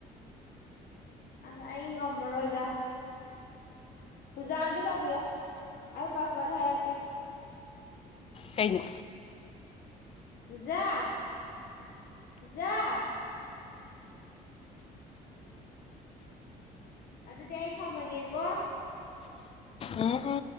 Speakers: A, on the left (about 60°); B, on the left (about 35°).
A: ꯑꯁ ꯑꯩ ꯉꯝꯃꯔꯣꯏꯗ ꯖꯥ ꯑꯝꯇ ꯇꯧꯕꯤꯌꯣ ꯑꯩ ꯄꯥꯁꯋꯥꯔꯗ ꯍꯥꯏꯔꯛꯀꯦ
B: ꯀꯩꯅꯣ
A: ꯄꯖꯥ ꯄꯖꯥ ꯑꯗꯨꯗꯤꯏ ꯊꯥꯃꯒꯦꯀꯣ
B: ꯎꯝ ꯎꯝ